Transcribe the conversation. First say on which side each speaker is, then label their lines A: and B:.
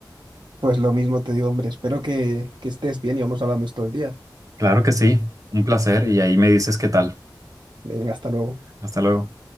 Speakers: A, on the right (about 75°); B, on the right (about 45°).
A: Pues lo mismo te digo, hombre, espero que, que estés bien y vamos hablando estos días.
B: Claro que sí, un placer y ahí me dices qué tal.
A: Venga, hasta luego.
B: Hasta luego.